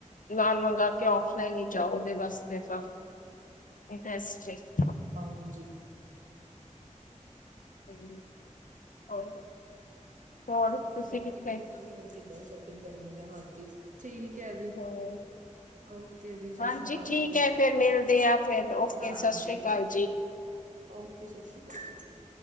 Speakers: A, on the left; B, on the right.
A: ਨਾ ਮੰਗਾ ਕੇ, ਔਫਲਾਈਨ ਹੀ ਜਾਓ ਔਦੇ ਵਾਸਤੇ ਤਾਂ, ਬੈਸਟ ਐ -
B: ਹਾਂਜੀ।
A: ਹਾ, ਹੋਰ ਹੋਰ
B: ਹੂ
A: ਤੁਸੀਂ
B: ਬਾਕੀ
A: ਕਿੱਥੇ
B: ਦੇਖਾਂਗੇ ਹੁਣ ਕਿੱਦਾਂ ਸ਼ੋਪਿੰਗ ਕਰਨੀ ਆ, ਹਾਂਜੀ, ਠੀਕ ਹੈ ਜੀ।
A: ਹੋਰ
B: ਔ ਕੇ ਜੀ, ਸਤਿ
A: ਹਾਂਜੀ
B: ਸ਼੍ਰੀ ਅਕਾਲ
A: ਠੀਕ
B: ਜੀ,
A: ਹੈ ਫੇਰ ਮਿਲਦੇ ਆ ਫੇਰ ਓਕੇ
B: ਹਾਂਜੀ
A: ਸਤਿ ਸ੍ਰੀ ਅਕਾਲ
B: ਜੀ। ਔ ਕੇ, ਸਤਿ ਸ਼੍ਰੀ ਅਕਾਲ ਜੀ।